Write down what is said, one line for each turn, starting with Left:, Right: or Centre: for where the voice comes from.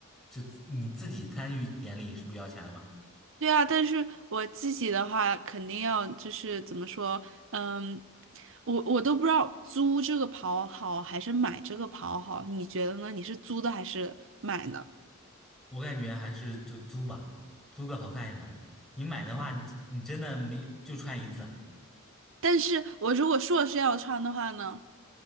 Centre: 就你自己参与典礼是不要钱的吧？
Right: 对啊，但是我自己的话肯定要就是怎么说，嗯，我我都不知道租这个袍好还是买这个袍好，你觉得呢？你是租的还是买呢？
Centre: 我感觉还是就租吧，租个好看一点儿的。你买的话，你你真的没就穿一次啊。
Right: 但是我如果硕士要穿的话呢，